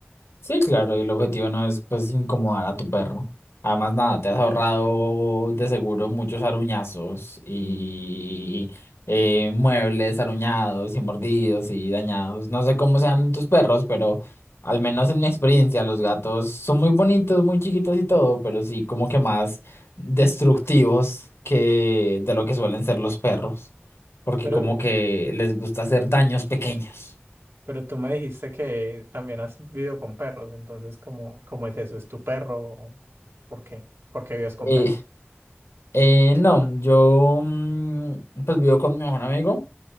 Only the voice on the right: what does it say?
Pero,
pero tú me dijiste que también has vivido con perros, entonces ¿cómo, cómo es eso? ¿Es tu perro? ¿Por qué? ¿Por qué vives con
perros?